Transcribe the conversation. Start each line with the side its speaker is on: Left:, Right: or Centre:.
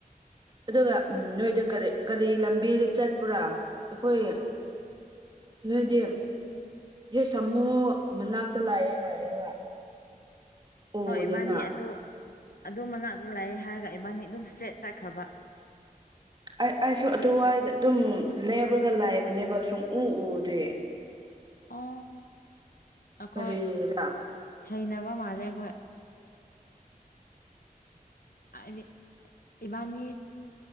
Right: ꯑꯗꯨꯒ ꯎꯝ ꯅꯣꯏꯗꯣ ꯀꯔꯤ ꯀꯔꯤ ꯂꯝꯕꯤꯗ ꯆꯠꯄ꯭ꯔꯥ ꯑꯩꯈꯣꯏ ꯅꯣꯏꯗꯤ ꯌꯦꯁ ꯊꯝꯃꯨ ꯃꯅꯥꯛꯇ ꯂꯥꯛꯑꯦ ꯍꯥꯏꯔꯒ ꯎꯗꯦꯅ
Left: ꯍꯣꯏ ꯏꯕꯥꯅꯤ ꯑꯗꯨ ꯑꯗꯨ ꯃꯅꯥꯛ ꯂꯩꯌꯦ ꯍꯥꯏꯔꯒ ꯏꯕꯥꯅꯤ ꯑꯗꯨꯝ ꯏꯁꯇ꯭ꯔꯦꯠ ꯆꯠꯈ꯭ꯔꯥꯕ
Right: ꯑꯩ ꯑꯩꯁꯨ ꯑꯗꯨꯋꯥꯏꯗ ꯑꯗꯨꯝ ꯂꯦꯞꯔꯒ ꯂꯥꯏꯕꯅꯦꯕ ꯁꯨꯡ ꯎ ꯎꯗꯦ
Left: ꯑꯣ ꯑꯩꯈꯣꯏ
Right: ꯀꯔꯤꯔꯥ
Left: ꯍꯩꯅꯕ ꯃꯥꯜꯂꯦ ꯑꯩꯈꯣꯏ ꯑꯥꯢꯗꯤ ꯏꯕꯥꯅꯤ